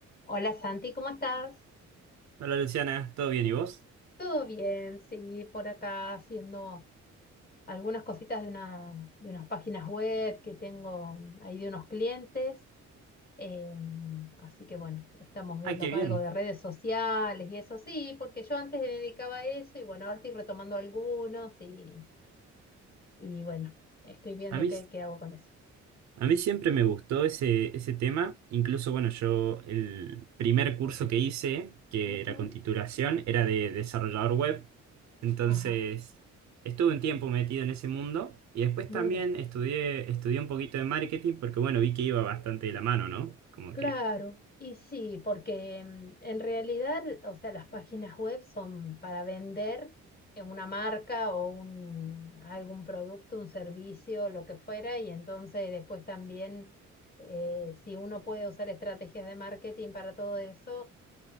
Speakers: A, on the left; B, on the right.
A: Hola Santi, ¿cómo estás?
B: Hola Luciana, ¿todo bien y vos?
A: Todo bien, sí, por acá haciendo algunas cositas de una, de unas páginas web que tengo ahí de unos clientes. eh, así que bueno, estamos viendo
B: Ah, qué bien.
A: algo de redes sociales y eso sí, porque yo antes me dedicaba a eso y bueno, ahora estoy retomando algunos y, y bueno, estoy viendo
B: A mí,
A: qué, qué hago con eso.
B: a mí siempre me gustó ese, ese tema. Incluso, bueno, yo el primer curso que hice, que
A: Ujú,
B: era con titulación, era de desarrollador web. Entonces,
A: Ajá,
B: estuve un tiempo metido en ese mundo y después
A: mira.
B: también estudié, estudié un poquito de marketing porque, bueno, vi que iba bastante de la mano, ¿no? Como
A: Claro,
B: que
A: y sí, porque mm, en realidad, o sea, las páginas web son para vender eh, una marca o un, algún producto, un servicio, lo que fuera, y entonces después también, eh, si uno puede usar estrategias de marketing para todo eso,